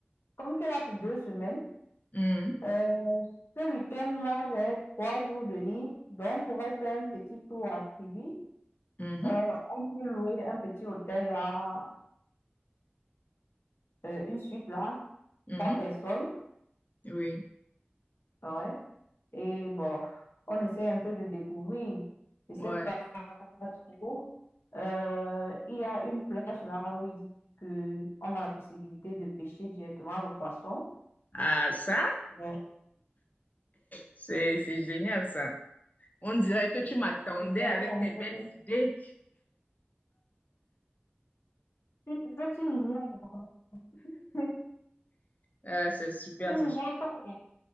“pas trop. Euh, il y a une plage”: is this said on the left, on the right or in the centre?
Left